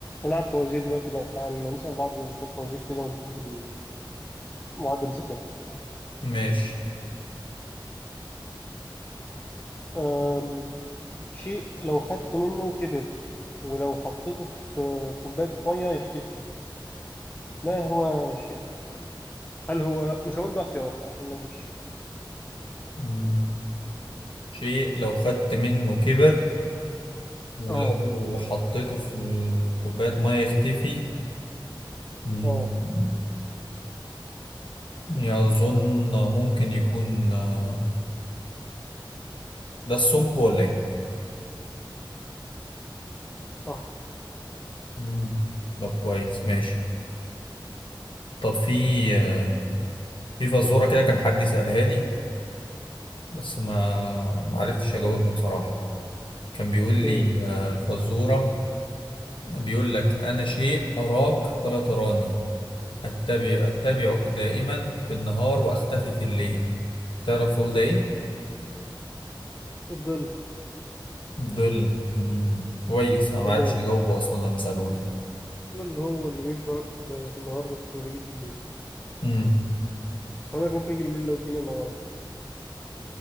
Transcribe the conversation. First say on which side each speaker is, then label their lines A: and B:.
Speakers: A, on the left; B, on the left.
A: نلعب فوازير دلوقتي بقى عن- نسأل بعض شوية فوازير كده ونشوف بال- معدل الذكاء
B: ماشي
A: أم، شيء لو خدت منه كبر ولو حطيته في كوباية مية يختفي ما هو الشيء ده؟ هل هو مش هقول بقى اختيارات لا عشان ما اجيبش
B: مم. شيء لو خدت منه كبر ولو
A: اه
B: حطيته في كوباية مية يختفي مم.
A: اه
B: يظن ممكن يكون آه، ده الثقب ولا ايه؟
A: صح
B: مم. طب كويس ماشي طب في آه، في فزورة كده كان حد يسألها لي بس ما ما عرفتش
A: يا
B: أجاوبها
A: ترى ايه؟
B: بصراحة كان بيقول لي
A: ايه
B: آه، الفزورة بيقول لك أنا شيء أراك ولا تراني أتبع أتبعك دائما في النهار وأختفي في الليل تعرف تقول ده إيه؟
A: الظل
B: ظل مم. كويس أنا معرفش
A: ولا ايه؟
B: أجاوبه أصلا لما سألوه ده
A: الظل هو اللي بيمشي وراك في النهار بس ما بيجيش بالليل
B: مم.
A: بس خلي بالك ممكن يجي بالليل لو الدنيا منورة شوية